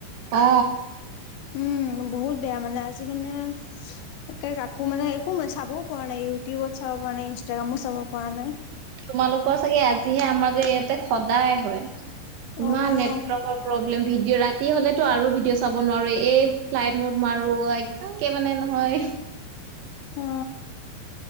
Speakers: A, on the right; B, on the left.
A: অ।
B: উম, বহুত বেয়া মানে আজি মানে একে কাকো মানে একো চাবও পৰা নাই। ইউটিউবত চাব পৰা নাই, ইনষ্টাগ্ৰামো চাব পৰা নাই।
A: তোমালোকৰ চাগে আজিহে। আমাৰ যে ইয়াতে সদায় হয়।
B: অ',
A: ইমান নেটৱৰ্কৰ প্ৰব্লেম ভিডিঅ' ৰা তি হলেতো আৰু ভিডিঅ' চাব নোৱাৰো। এই ফ্লাইট মত মাৰো। একে মানে নহয়।
B: অ।